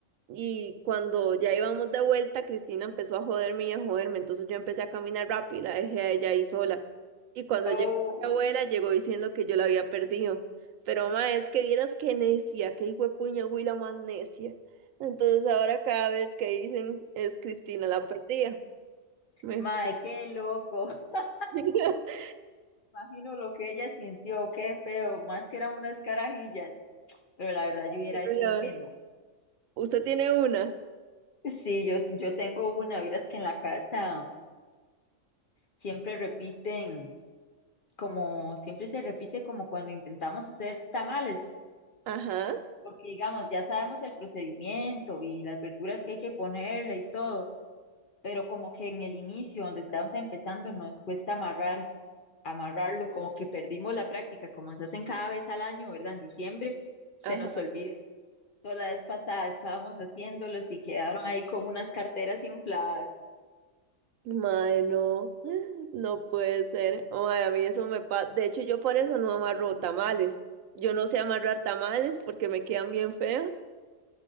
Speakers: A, on the right; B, on the left.
A: y cuando ya íbamos de vuelta, Cristina empezó a joderme y a joderme, entonces yo empecé a caminar rápido, y la dejé a ella ahí sola. Y cuando
B: Oh,
A: llegó mi abuela, llegó diciendo que yo la había perdido. Pero ma, es que vieras qué necia, qué hijuepuña güila más necia. Entonces ahora cada vez que dicen es Cristina la perdía. Me-
B: mae, qué loco. <laughs>
A: <laughs>
B: Imagino lo que ella sintió, qué feo, más que eran unas carajillas, pero la verdad yo hubiera
A: Pero,
B: hecho lo mismo.
A: ¿Usted tiene una?
B: Sí, yo, yo tengo una, verás que en la casa siempre repiten, como siempre se repite como cuando intentamos hacer tamales,
A: Ajá,
B: porque digamos, ya sabemos el procedimiento y las verduras que hay que ponerle y todo, pero como que en el inicio, donde estamos empezando, nos cuesta amarrar amarrarlo, como que perdimos la práctica, como se hacen cada vez al año, ¿verdad? En diciembre se
A: ajá.
B: nos olvida. Toda la vez pasada estábamos haciéndolos y quedaron ahí como unas carteras infladas.
A: Mae, no, <laughs> no puede ser. Mae, a mí eso me pasa. De hecho, yo por eso no amarro tamales. Yo no sé amarrar tamales porque me quedan bien feos.